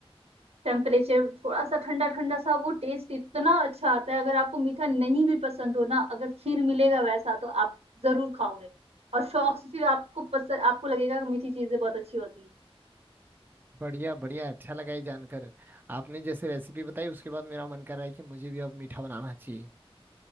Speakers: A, on the right (about 80°); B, on the right (about 20°).
A: टेम्परेचर थोड़ा सा ठंडा ठंडा सा वो टेस्ट इतना अच्छा आता है अगर आपको मीठा नहीं भी पसंद हो ना अगर खीर मिलेगा वैसा तो आप जरूर खाओगे और शौक से फिर आपको पसंद आपको लगेगा कि मीठी चीजें बहुत अच्छी होती हैं
B: बढ़िया बढ़िया अच्छा लगा ये जानकर आपने जैसे रेसिपी बताई उसके बाद मेरा मन कर रहा है कि मुझे भी अब मीठा बनाना चाहिए